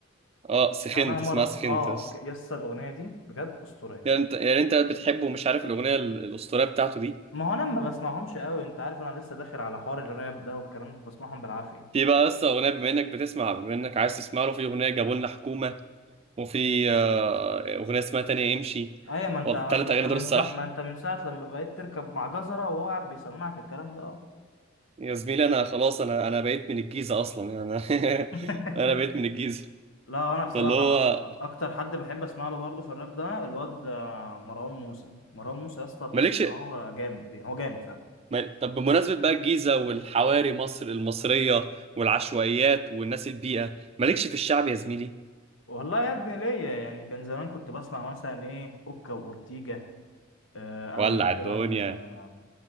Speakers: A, on the right (about 30°); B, on the left (about 75°).
A: اه سخنت
B: يعني. انا مره
A: اسمها سخنت
B: اه
A: بس
B: ج- يس الاغنيه دي بجد اسطوريه
A: يعني انت يعني انت بتحبه ومش عارف الاغنيه ال- الاسطوريه بتاعته دي
B: ما هو انا ما بسمعهمش قوي انت عارف انا لسه داخل على حوار الراب ده والكلام ده بسمعهم بالعافيه
A: في بقى لسه اغنيه بما انك بتسمع بما انك عايز تسمع له في اغنيه جابوا لنا حكومه وفي آه، اغنيه اسمها تانية امشي
B: ايوه ما انت
A: الثلاث
B: ما
A: اغاني
B: انت من
A: دول الصراحه
B: ساعه ما انت من ساعه لما بقيت تركب مع جزره وهو قاعد بيسمعك الكلام ده اه
A: يا زميلي انا خلاص انا انا بقيت من الجيزه اصلا يعني انا
B: <laughs>
A: <laughs> انا بقيت من الجيزه
B: لا انا بصراحه
A: فاللي هو
B: اكتر حد بحب اسمع له برضه في الراب ده الواد آه، مروان موسى مروان موسى يا اسطى تحس
A: مالكش
B: ان هو جامد يعني هو جامد فعلا
A: مال- طب بمناسبه بقى الجيزه والحواري مصر المصريه والعشوائيات والناس البيئه مالكش في الشعب يا زميلي
B: والله يا ابني ليا يعني كان زمان كنت بسمع مثلا ايه اوكا واورتيجا آه، او
A: ولع
B: مثلا
A: الدنيا
B: آه،